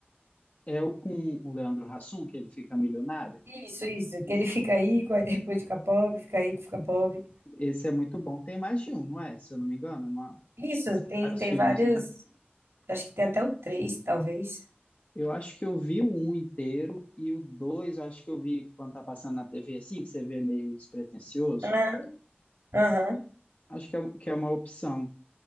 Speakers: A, on the left; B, on the right.
A: É o com o Leandro Hassum, que ele fica milionário.
B: Isso, isso, que ele <laughs> fica aí, aí depois fica pobre, fica aí, fica pobre.
A: Esse é muito bom. Tem mais de um, não é? Se eu não me engano, é uma-
B: Isso, tem,
A: vários
B: tem
A: filmes,
B: vários,
A: né?
B: acho que tem até o três, talvez.
A: Eu acho que eu vi o um inteiro e o dois, acho que eu vi quando tá passando na TV assim, que você vê meio despretensioso.
B: Aham. Aham.
A: Acho que é, que é uma opção.